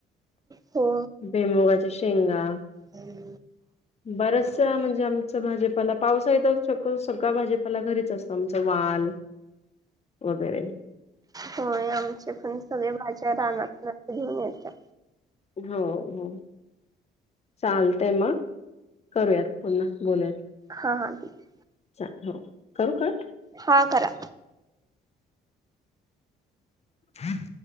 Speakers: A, on the right; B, on the left.
A: हो
B: बेमोगाच्या शेंगा
A: हॅलो
B: बरचस म्हणजे आमचं भाजपाला पावसा येत शको सगळं भाजपाला घरीच असतो आमचं वाल वगैरे
A: होय आमचे पण सगळे भाज्या रानातनं घेऊन येतात.
B: हो हो. चालते मग करूयात पुन्हा बोलूयात.
A: हां हां ठीक.
B: चाल हो करू कट?
A: हा करा.
B: हम्